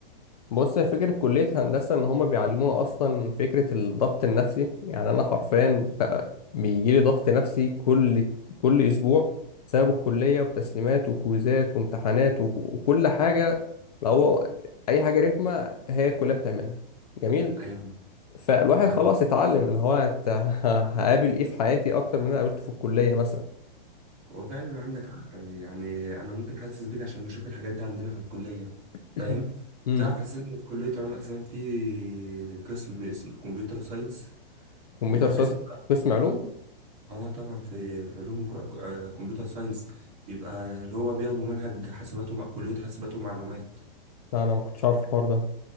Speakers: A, on the left; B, on the right.
A: بص هي فكرة كلية هندسة إن هما بيعلمونا أصلا فكرة الضغط النفسي يعني أنا حرفيا بقى بيجيلي ضغط نفسي كل كل أسبوع بسبب الكلية وتسليمات وكويزات وامتحانات وك- وكل حاجة لو هو أي حاجة رخمة هي الكلية بتعملها جميل
B: ايوه
A: فالواحد
B: آه،
A: خلاص اتعلم اللي هو أنت <laughs> ه- هقابل إيه في حياتي أكتر من اللي أنا قابلته في الكلية مثلا
B: هو فعلا عندك حق يعني انا ممكن حاسس بيك عشان بشوف الحاجات دي عندنا في الكليه
A: <clears throat>
B: فاهم
A: <coughs> امم
B: تعرف اساسا إن في كليه علوم اساسا في قسم اسمه كمبيوتر ساينس
A: كمبيوتر
B: بيبقى
A: ساينس
B: القسم
A: قسم علوم
B: اه طبعا في علوم كمبيوتر ساينس بيبقى اللي هو بياخدوا منهج حاسبات ومع كلية حاسبات ومعلومات
A: لا أنا ما كنتش عارف الحوار ده